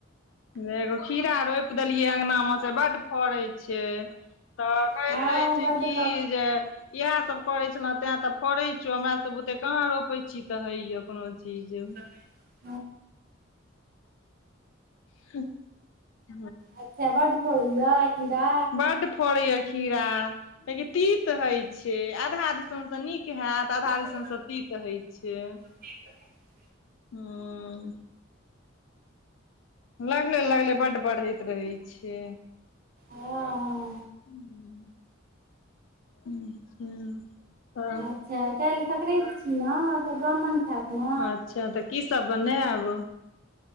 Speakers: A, on the left; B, on the right.
A: गै एगो खीरा रोपि रोप देलियै अंगना मे से बड फड़ै छै तऽ
B: तऽ
A: कहैत रहे छै की जे इएह सब करे छले तें ते फड़े छौ, मरा सब बुते कहाँ रोपे छी तऽ होइये कोनो चीज।
B: <inaudible>
A: <inaudible>
B: अच्छा बड फड़ैया कीड़ा
A: बड फड़ैये खीरा। लेकिन तीत हय छै, आधा दिसन से नीक हयत आधा
B: सब
A: दिसन से तीत हय छै।
B: <inaudible>
A: हुं। लगले-लगले बड बढ़ैत रहै छै।
B: हँ
A: हूँ हूँ हं।
B: हँ अच्छा काल्हि संकराति छी ने तऽ ब्राह्मण खायत। ने
A: अच्छा, तऽ की सब बनेब।